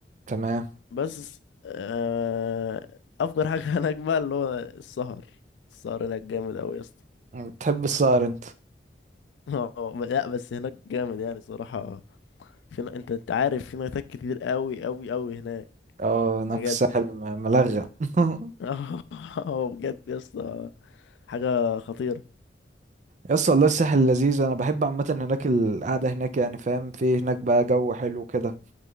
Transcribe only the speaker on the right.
تمام
بتحب السهر انت
اه هناك
الساحل م- ملغم <laughs>
يس والله الساحل لذيذ انا بحب عامه هناك القعده هناك يعني فاهم في هناك بقى جو حلو كده